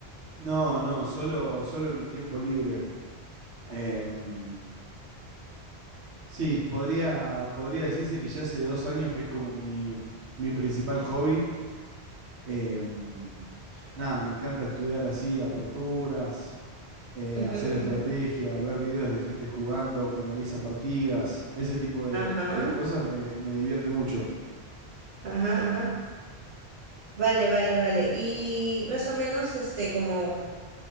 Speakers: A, on the right (about 80°); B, on the right (about 35°).
A: No, no, solo, solo en mi tiempo libre. Em, sí, podría, podría decirse que ya hace dos años que es como mi, mi principal hobby. Em, nada, me encanta estudiar así, aperturas, eh,
B: Ujú,
A: hacer estrategia,
B: ujú.
A: ver videos de gente jugando que analiza partidas. Ese tipo de,
B: Ajá.
A: de cosas me, me divierte mucho.
B: Ajá, ajá. Vale, vale, vale. Y más o menos, este, como